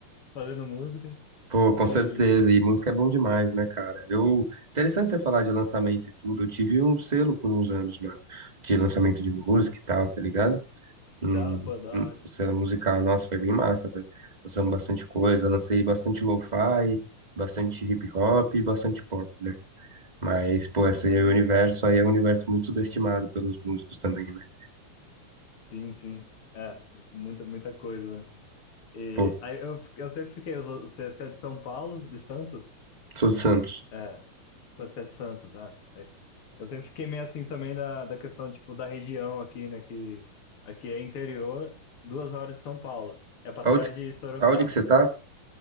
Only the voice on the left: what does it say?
fazendo música.
E,
e
da, pô, da
hora.
Pô,
maneiro.
Sim, sim. É, muita, muita coisa, né? E
aí eu, fi- eu sempre fiquei, você você é de São Paulo, de Santos?
É, você é de Santos, ah. Aí. Eu sempre fiquei meio assim também da, da questão, tipo, da região aqui, né? Que aqui é interior, duas horas de São Paulo. É pra
trás de Sorocaba.